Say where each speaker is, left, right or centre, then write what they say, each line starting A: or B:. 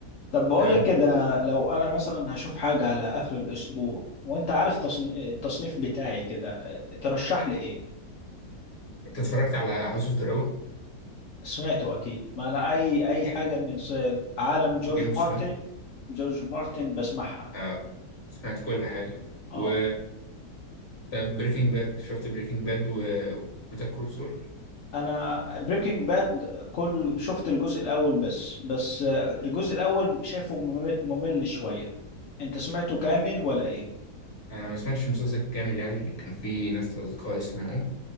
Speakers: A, on the left (about 55°); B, on the left (about 40°).
A: طب بقول
B: آه.
A: لك كده لو انا مثلا هشوف حاجة على اخر الاسبوع وانت عارف تصن- التصنيف بتاعي كده ترشح لي ايه
B: أنت اتفرجت على هاوس أوف دراجون
A: سمعته اكيد ما انا اي اي حاجة من س- عالم جورج
B: جيم اوف
A: مارتن
B: ثرونز
A: جورج مارتن بسمعها
B: اه سمعت كل حاجة
A: اه
B: و طب بريكنج باد شفت بريكنج باد و بيتر كول سول
A: انا بريكنج باد كل شفت الجزء الاول بس بس آه، الجزء الاول شايفه ممل ممل شوية انت سمعته كامل ولا ايه
B: انا ما سمعتش المسلسل كامل يعني كان في ناس اصدقائي سمعوه